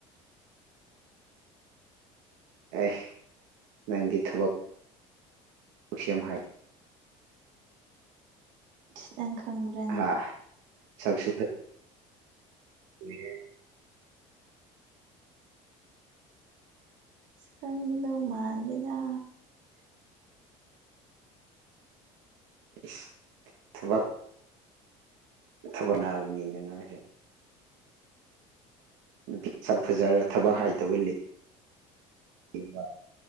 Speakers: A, on the right; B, on the right.
A: ꯑꯦ ꯅꯪꯗꯤ ꯊꯕꯛ <unintelligible> ꯍꯥꯏ
B: ꯏꯁ ꯅꯪ ꯈꯪꯕ꯭ꯔꯥꯅꯦ
A: ꯍꯥ ꯁꯛꯁꯨ ꯐꯠ <unintelligible>
B: ꯈꯪꯗꯧ ꯃꯥꯟꯗꯦꯗꯥ
A: ꯏꯁ ꯊꯕꯛ ꯊꯕꯛ ꯅꯥꯕꯅꯤꯅ ꯅꯪꯖꯨ ꯅꯨꯄꯤ ꯁꯛ ꯐꯖꯔ ꯊꯕꯛ ꯍꯥꯏꯇꯕ ꯂꯩ <unintelligible>